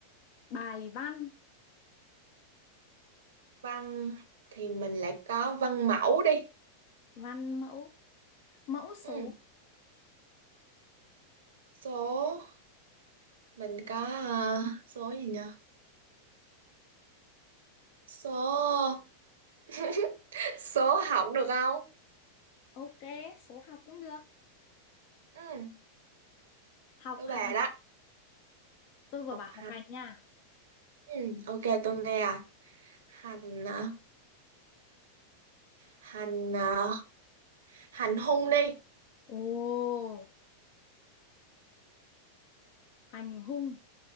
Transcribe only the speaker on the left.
bài văn,
văn mẫu, mẫu số.
Ok, số học cũng được.
Học
hành.
Tôi vừa
bảo
học hành nha.
Ồ, hành hung